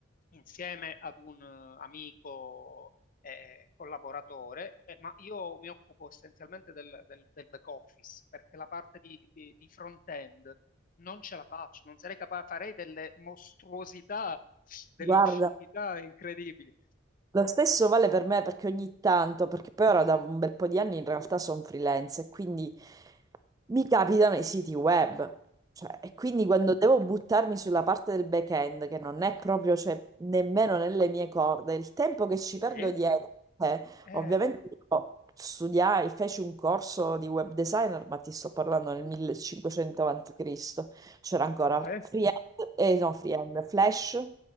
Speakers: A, on the left; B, on the right.
A: insieme ad un eh, amico eh, collaboratore, eh, ma io mi occupo essenzialmente del, del- del back office perché la parte di, di- di front-end non ce la faccio, non sarei capace, farei delle mostruosità, delle
B: Guarda,
A: oscenità incredibili.
B: lo stesso vale per me perché ogni tanto, perché poi ora da un bel po' di anni in realtà sono freelance e quindi mi capitano i siti web. Cioè, e quindi quando devo buttarmi sulla parte del back-end, che non è proprio, cioè, nemmeno nelle mie corde, il tempo che ci
A: Sì.
B: perdo dietro, eh,
A: Eh,
B: ovviamente io studiai, feci un corso di web designer, ma ti sto parlando nel 1500 a.C. C'era ancora
A: beh,
B: Free, eh, no, Freehand, Flash,